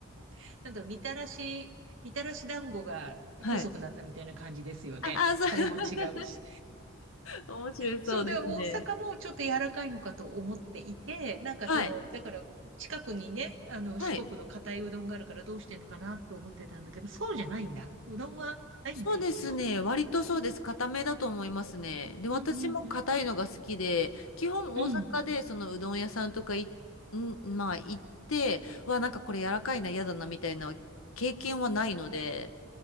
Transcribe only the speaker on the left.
はい。あ、あ、そう、
<laughs> 面白いそうですね。
はい。
はい。
そうですね。
割とそうです。固めだと思いますね。で、私も硬いのが好きで、
基本大阪でそのうどん屋さんとかい、
ん、まあ行って、わ、なんかこれ柔らかいな、嫌だな、みたいな経験はないので、